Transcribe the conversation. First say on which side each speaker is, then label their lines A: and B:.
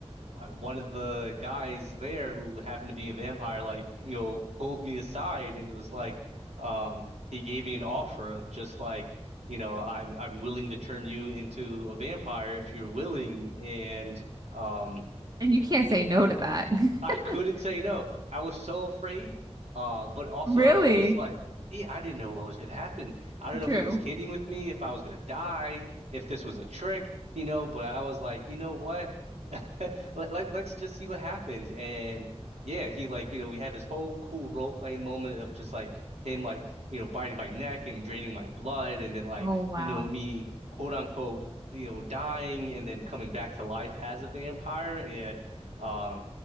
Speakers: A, on the right; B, on the right.
A: uh, one of the guys there who happened to be a vampire like, you know, pulled me aside and was like um he gave me an offer of just like You know, I'm I'm willing to turn you into a vampire if you're willing, and um,
B: And you can't say no to that.
A: I couldn't
B: <laughs>
A: say no. I was so afraid. Uh, but also
B: Really?
A: I was just like, yeah, I didn't know what was gonna happen. I don't know
B: True.
A: if he was kidding with me, if I was gonna die, if this was a trick, you know, but I was like, you know what? <laughs> Let, let let's just see what happens. And yeah, he like, you know, we had this whole cool role play moment of just like him like, you know, biting my neck and draining my blood and then like,
B: Oh wow.
A: you know, me quote unquote, you know, dying and then coming back to life as a vampire and um